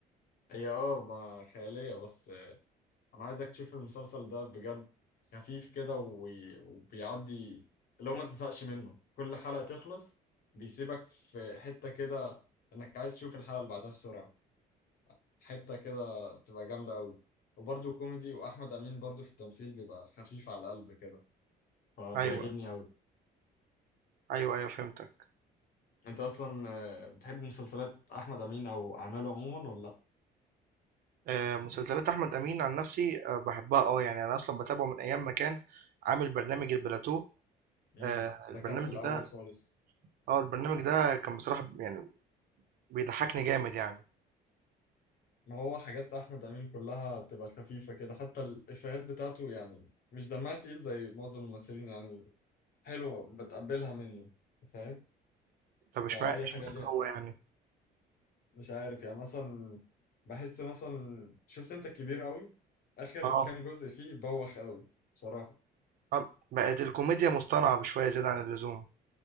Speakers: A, on the left (about 60°); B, on the right (about 60°).
A: هي اه ما خياليه بس آه، انا عايزك تشوف المسلسل ده بجد خفيف كده وي- وبيعدي لو ما تزهقش منه كل حلقه تخلص بيسيبك في حته كده انك عايز تشوف الحلقه اللي بعدها بسرعه حتة كده بتبقى جامدة أوي وبرضه كوميدي وأحمد أمين برضه في التمثيل بيبقى خفيف على القلب كده فبيعجبني
B: أيوه،
A: أوي
B: أيوه، أيوه فهمتك.
A: أنت أصلا آه، بتحب مسلسلات أحمد أمين أو أعماله عموما ولا لأ؟
B: آآ مسلسلات أحمد أمين عن نَفْسي آآ باحبّها آه، يعني أنا أصلًا باتابعه من أيام ما كان عامل برنامج البلاتو
A: مم.
B: آآ
A: ده
B: البرنامج
A: كان في الأول
B: ده
A: خالص
B: آه، البرنامج ده كان بصراحة يعني بيضحّكني جامد يعني،
A: ما هو حاجات أحمد أمين كلها بتبقى خفيفة كده حتى الإفيهات بتاعته يعني مش دمها تقيل زي معظم الممثلين يعني حلوة بتقبلها منه فاهم؟
B: طب إشمع
A: فأي
B: إشمعنى
A: حاجة ليه
B: هو يعني؟
A: مش عارف يعني مثلا بحس مثلا شفت انت الكبير قوي اخر
B: آه،
A: كام جزء فيه بوخ قوي بصراحة
B: آه، بقت الكوميديا مصطنعة بشوية زيادة عن اللزوم،